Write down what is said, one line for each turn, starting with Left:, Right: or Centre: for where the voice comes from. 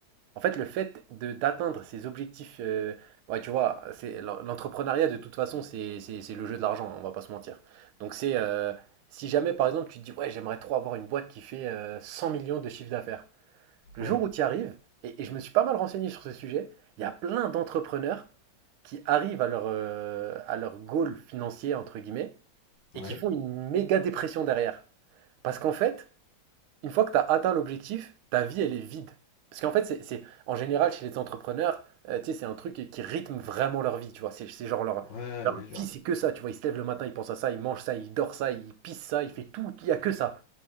Right: En fait, le fait de d'atteindre ses objectifs, euh, ouais, tu vois, c'est l'en- l'entrepreneuriat de toute façon, c'est c'est- c'est le jeu de l'argent, hein, on va pas se mentir. Donc c'est euh, si jamais par exemple tu te dis ouais, j'aimerais trop avoir une boîte qui fait euh, 100 millions de chiffre d'affaires. Le
Left: Ouais,
Right: jour où tu y arrives, et, et je me suis pas mal renseigné sur ce sujet, il y a plein d'entrepreneurs qui arrivent à leur euh, à leur goal financier entre guillemets
Left: ouais,
Right: et qui font une méga dépression derrière. Parce qu'en fait, une fois que tu as atteint l'objectif, ta vie, elle est vide. Parce qu'en fait, c'est, c'est- en général, chez les entrepreneurs, euh, tu sais, c'est un truc qui, qui rythme vraiment leur vie, tu vois. C'est, c'est genre leur,
Left: ouais,
Right: leur
Left: bien sûr.
Right: vie, c'est que ça, tu vois. Ils se lèvent le matin, ils pensent à ça, ils mangent ça, ils dorment ça, ils pissent ça, ils font tout, il n'y a que ça.